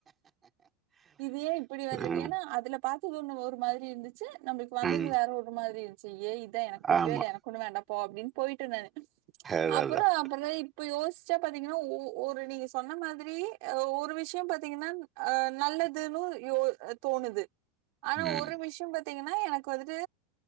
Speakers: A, on the right; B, on the right.
A: இது ஏன் இப்டி வந்திருக்கேன்னா
B: ம்,
A: அதுல பார்த்த ஒவ்வொன்னும் ஒரு மாதிரி இருந்துச்சு நம்மளுக்கு வந்தது
B: ம்.
A: வேற ஒரு மாதிரி இருச்சு ஏன் எனக்கு பிடிக்கவே
B: ஆமா.
A: இல்லை எனக்கொன்னும் வேண்ட அப்போ அப்பின்னு போயிட்டு இருந்தாரு
B: அதான்
A: அப்புறம்
B: அதான்.
A: அப்புறம் இப்ப யோசிச்சா பாத்தீங்கன்னா ஒரு நீங்க சொன்ன மாதிரி ஒரு விஷயம் பாத்தீங்கன்னா அஹ் நல்லதுன்னு யோ தோணுது ஆனா
B: ம்.
A: ஒரு விஷயம் பத்தி பத்தீங்கன்னா எனக்கு வந்து